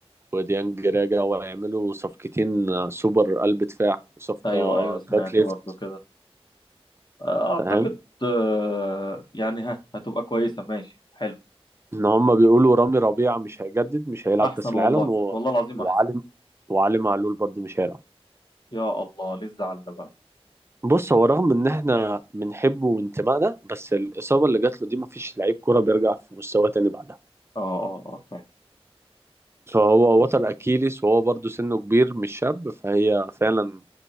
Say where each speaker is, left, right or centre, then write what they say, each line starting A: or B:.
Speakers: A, on the right; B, on the left.
A: وديانج راجع وهيعملوا صفقتين آه، سوبر قلب دفاع وصفقة
B: ايوه ايوه سمعت
A: باك ليفت
B: برضه كده اعتقد
A: فاهم
B: آه، يعني ها هتبقى كويسه ماشي حلو
A: ان هم بيقولوا رامي ربيعة مش هيجدد مش هيلعب
B: احسن
A: كاس العالم
B: والله
A: و...
B: والله العظيم
A: وعلي
B: احسن
A: وعلي معلول برضه مش هيلعب
B: يا الله ليه الزعل ده بقى
A: بص هو رغم ان احنا بنحبه وانتمائنا بس الاصابة اللي جات له دي مفيش لعيب كرة بيرجع في مستواه تاني بعدها
B: اه اه اه آه، فاهم
A: فهو وتر اكيليس وهو برضه سنه كبير مش شاب فهي فعلا